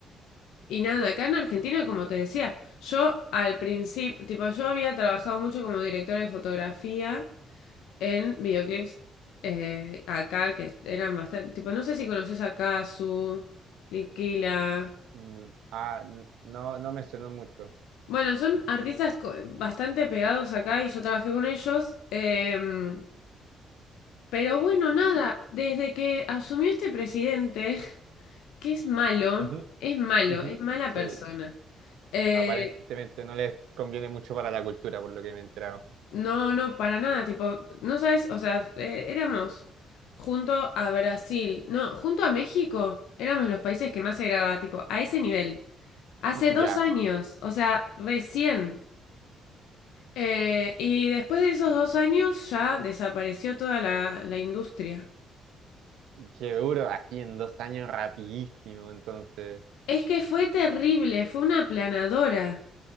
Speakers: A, on the left (about 85°); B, on the right (about 80°).
A: y nada, acá en Argentina, como te decía, yo al principio, tipo, yo había trabajado mucho como directora de fotografía en videoclips eh, acá, que eran bastante, tipo, no sé si conoces a Cazzu, Liquila.
B: Mm, Ah, n- no, no menciono mucho.
A: Bueno, son artistas co- bastante pegados acá y yo trabajé con ellos. em, pero bueno, nada, desde que asumió este presidente, <laughs> que es malo,
B: Ujú,
A: es malo,
B: ujú.
A: es mala
B: Sí,
A: persona. eh,
B: aparentemente no les conviene mucho para la cultura, por lo que me he enterado.
A: no, no, para nada, tipo, no sabes, o sea, eh, éramos junto a Brasil, no, junto a México, éramos los países que más se grababa, tipo, a ese nivel. Hace
B: Mm,
A: dos
B: Ya,
A: años, o sea, recién. Eh, y después de esos dos años ya desapareció toda la, la industria.
B: qué duro, así en dos años rapidísimo, entonces.
A: Es que fue terrible, fue una aplanadora.